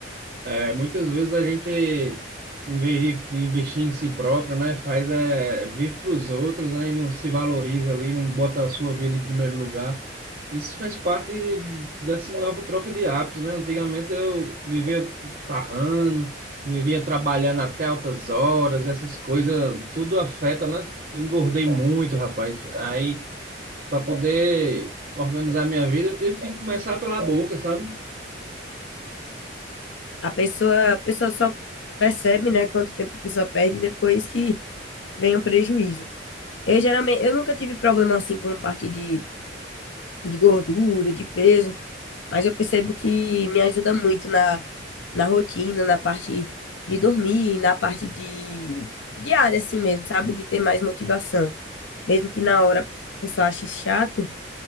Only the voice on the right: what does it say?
É, muitas vezes a gente, em vez de, de investir em si próprio, né, faz é, vive para os outros, né, e não se valoriza ali, não bota a sua vida em primeiro lugar. Isso faz parte dessa nova troca de hábitos, né? Antigamente eu vivia parrando, vivia trabalhando até altas horas, essas coisas, tudo afeta, né? Engordei muito, rapaz. Aí, para poder organizar minha vida, eu tive que começar pela boca, sabe?